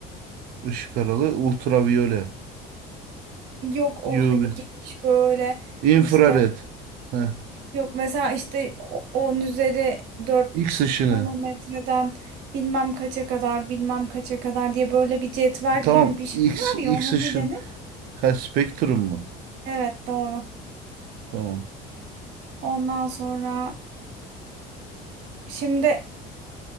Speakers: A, on the right; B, on the right.
A: Işık aralı. Ultraviyole.
B: Yok o hani
A: UV.
B: geniş böyle
A: infrared
B: işte
A: Hı.
B: yok mesela işte o- 10 üzeri 4
A: X ışını.
B: nanometreden bilmem kaça kadar bilmem kaça kadar diye böyle bir cetvel
A: Tamam.
B: gibi bir şey
A: X,
B: var
A: X
B: ya ona
A: ışın.
B: ne denir?
A: Ha, spektrum mu?
B: Evet doğru.
A: Tamam.
B: Ondan sonra şimdi